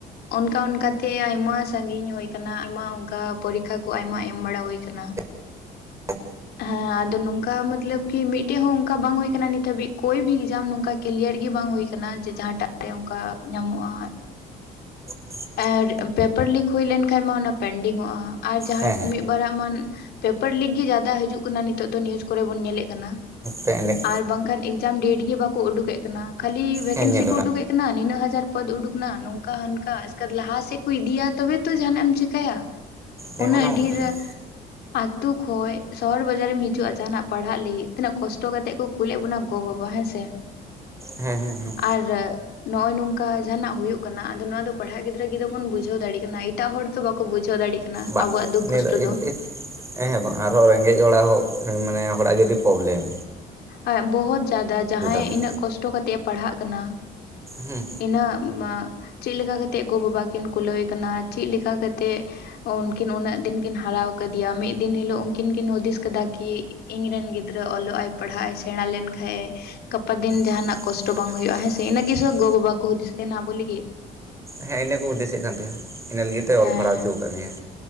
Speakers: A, on the left (about 70°); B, on the right (about 15°).
A: ᱚᱱᱠᱟ ᱚᱱᱠᱟ ᱛᱮ ᱟᱭᱢᱟ ᱥᱟᱹᱜᱤᱧ ᱦᱳᱭ ᱠᱟᱱᱟ ᱟᱭᱢᱟ ᱚᱱᱠᱟ ᱯᱚᱨᱤᱠᱠᱷᱟ ᱠᱚ ᱟᱭᱢᱟ ᱮᱢ ᱵᱟᱲᱟ ᱦᱩᱭ ᱠᱟᱱᱟ
B: <inaudible>
A: ᱦᱮᱸ ᱟᱫᱚ ᱱᱚᱝᱠᱟ ᱢᱟᱛᱞᱟᱹᱵ ᱠᱤ ᱢᱤᱜᱴᱤᱡ ᱦᱚᱸ ᱚᱱᱠᱟ ᱵᱟᱝ ᱦᱩᱭ ᱠᱟᱱᱟ ᱱᱤᱛ ᱦᱟᱹᱵᱤᱡ ᱠᱳᱭᱵᱤ ᱮᱠᱡᱟᱢ ᱱᱚᱝᱠᱟ ᱠᱞᱤᱭᱟᱨ <unintelligible> ᱜᱮ ᱵᱟᱝ ᱦᱩᱭ ᱠᱟᱱᱟ ᱡᱮ ᱡᱟᱦᱟᱸ ᱴᱟᱜ ᱨᱮ ᱚᱱᱠᱟ ᱧᱟᱢᱚᱜᱼᱟ
B: <inaudible>
A: ᱟᱨ ᱯᱮᱯᱟᱨ ᱞᱤᱠ ᱦᱩᱭ ᱞᱮᱱ ᱠᱷᱟᱱ ᱢᱟ ᱚᱱᱟ ᱯᱮᱱᱰᱤᱝ ᱚᱜᱼᱟ ᱟᱨ ᱡᱟᱦᱟᱸ
B: ᱦᱮᱸ ᱦᱮᱸ
A: ᱢᱤᱫ ᱵᱟᱨᱟᱜ ᱢᱟ ᱯᱮᱯᱟᱨ ᱞᱤᱠ ᱜᱤ ᱤ ᱡᱟᱫᱟ ᱦᱤᱡᱩᱜ ᱠᱟᱱᱟ ᱱᱤᱛᱚᱜ ᱫᱚ ᱱᱤᱭᱩᱡ ᱠᱚᱨᱮ ᱵᱚᱱ ᱧᱮᱞᱮᱜ ᱠᱟᱱᱟ
B: ᱯᱮ ᱮᱱᱮᱡ
A: ᱟᱨ ᱵᱟᱝ ᱠᱷᱟᱱ ᱮᱠᱡᱟᱢ ᱫᱮᱴ ᱜᱮ ᱵᱟᱠᱚ ᱳᱰᱳᱠ ᱠᱮᱜ ᱠᱟᱱᱟ ᱠᱷᱟᱹᱞᱤ ᱵᱷᱮᱠᱮᱱᱥᱤ
B: ᱦᱮᱸ ᱧᱮᱞ
A: ᱠᱚ
B: ᱚᱱᱟ
A: ᱩᱰᱩᱠᱮᱜ ᱠᱟᱱᱟ ᱱᱤᱱᱟᱹᱜ ᱦᱟᱡᱟᱨ ᱯᱚᱫ ᱩᱰᱩᱠ ᱱᱟ ᱱᱚᱝᱠᱟ ᱦᱟᱱᱠᱟ ᱠᱟᱞ ᱞᱟᱦᱟ ᱥᱮᱫ ᱠᱚ ᱤᱫᱤᱭᱟ ᱛᱚᱵᱮ ᱛᱚ ᱡᱟᱦᱟᱱᱟᱜ ᱮᱢ ᱪᱤᱠᱟᱭᱟ
B: ᱦᱮᱸ
A: ᱩᱱᱟᱹᱜ
B: ᱚᱱᱟ ᱢᱟ
A: ᱰᱷᱤᱨᱳ
B: ᱠᱟᱛᱷᱟ ᱠᱟᱱᱟ
A: ᱟᱛᱩ ᱠᱷᱚᱭ ᱥᱚᱦᱚᱨ ᱵᱟᱡᱟᱨ ᱮᱢ ᱦᱤᱡᱩᱜᱼᱟ ᱡᱟᱦᱟ ᱱᱟᱜ ᱯᱟᱲᱦᱟᱜ ᱞᱤᱜᱤᱫ ᱛᱤᱱᱟᱹᱜ ᱠᱚᱥᱴᱚ ᱠᱟᱛᱮᱜ ᱠᱚ ᱠᱩᱞᱮᱜ ᱵᱚᱱᱟ ᱜᱚ ᱜᱚ ᱩᱣᱟ ᱦᱮᱸ ᱥᱮ
B: ᱦᱮᱸ ᱦᱮᱸ ᱦᱮᱸ
A: ᱟᱨ ᱨᱟᱹᱜ ᱱᱚᱜᱼᱚᱭ ᱱᱚᱝᱠᱟ ᱡᱟᱸᱦᱟ ᱱᱟᱜ ᱦᱩᱭᱩᱜ ᱠᱟᱱᱟ ᱟᱫᱚ ᱱᱚᱣᱟ ᱫᱚ ᱯᱟᱲᱦᱟᱜ ᱜᱤᱫᱽᱨᱟᱹ ᱜᱤᱨᱟᱹ ᱵᱚᱱ ᱵᱩᱡᱷᱟᱹᱣ ᱫᱟᱲᱮ ᱠᱟᱱᱟ ᱮᱴᱟᱜ ᱦᱚᱲ ᱛᱚ ᱵᱟᱠᱚ ᱵᱩᱡᱷᱟᱹᱣ ᱫᱟᱲᱮᱜ ᱠᱟᱱᱟ
B: ᱵᱟ
A: ᱟᱵᱚᱣᱟᱜ ᱫᱩᱠ
B: ᱱᱤᱭᱟᱹ
A: ᱠᱚᱥᱴᱚ
B: ᱫᱚ ᱮᱠ ᱰᱷᱤᱠ ᱮ ᱦᱚᱸ ᱵᱟᱝ ᱟᱨᱦᱚᱸ ᱨᱮᱸᱜᱮᱡ ᱦᱚᱲᱟᱜ ᱦᱚᱸ ᱢᱟᱱᱮ ᱦᱚᱲᱟᱜ ᱜᱮ ᱟᱹᱰᱤ ᱯᱚᱵᱞᱮᱢ
A: ᱟᱭᱟᱢ ᱵᱚᱦᱚᱛ ᱡᱟᱫᱟ ᱡᱟᱦᱟᱸᱭ
B: ᱠᱟᱱᱟ
A: ᱤᱱᱟᱹᱜ ᱠᱚᱥᱴᱚ ᱠᱟᱛᱮᱜ ᱮ ᱯᱟᱲᱦᱟᱜ ᱠᱟᱱᱟ <inaudible>
B: ᱦᱮᱸ
A: ᱤᱱᱟᱹᱜ ᱵᱟᱸᱜ ᱪᱮᱜ ᱞᱮᱠᱟ ᱠᱟᱛᱮᱜ ᱜᱚ ᱵᱟᱵᱟ ᱠᱤᱱ ᱠᱩᱞᱟᱹᱭ ᱠᱟᱱᱟ ᱪᱤᱜ ᱞᱮᱠᱟ ᱠᱟᱛᱮᱜ ᱩᱱᱠᱤᱱ ᱩᱱᱟᱹᱜ ᱫᱤᱱ ᱠᱤᱱ ᱦᱟᱨᱟᱣ ᱠᱟᱫᱤᱭᱟ ᱢᱤᱫ ᱫᱤᱱ ᱦᱤᱞᱳᱜ ᱩᱱᱠᱤᱱ ᱠᱤᱱ ᱦᱩᱫᱤᱥ ᱠᱟᱫᱟ ᱠᱤ ᱤᱧ ᱨᱮᱱ ᱜᱤᱫᱽᱨᱟᱹ ᱚᱞᱚᱜ ᱟᱭ ᱯᱟᱲᱦᱟᱜ ᱟᱭ ᱥᱮᱬᱟ ᱞᱮᱱ ᱠᱷᱟᱭ ᱮ ᱜᱟᱯᱟ ᱫᱤᱱ ᱡᱟᱸᱦᱟ
B: ᱜᱟᱯᱟ
A: ᱱᱟᱜ
B: ᱫᱤᱱ
A: ᱠᱚᱥᱴᱚ
B: ᱡᱟᱦᱟᱱᱟᱜ
A: ᱵᱟᱝ ᱦᱳᱭᱳᱜᱼᱟ
B: ᱠᱚᱥᱴᱚ
A: ᱦᱮᱸᱥᱮ
B: ᱵᱟᱝ ᱦᱩᱭᱩᱜ
A: ᱤᱱᱟᱹ ᱜᱤ
B: ᱦᱩᱭᱩᱜᱼᱟ
A: ᱥᱚᱠ ᱜᱚ ᱵᱟᱵᱟ ᱵᱟᱠᱚ ᱦᱩᱫᱤᱥ ᱛᱟᱦᱮᱱᱟ ᱟᱵᱚ ᱞᱤᱜᱤᱜ
B: ᱦᱮᱸ ᱤᱱᱟᱹ ᱠᱚ ᱫᱤᱥᱟᱹᱜ ᱠᱟᱱ ᱛᱟᱭᱟ ᱤᱱᱟᱹ ᱞᱤᱜᱤᱛ ᱛᱮ
A: ᱦᱮᱸ
B: ᱚᱞ ᱯᱟᱲᱦᱟᱣ ᱦᱚᱪᱚ ᱠᱟᱜ ᱢᱮᱟᱭ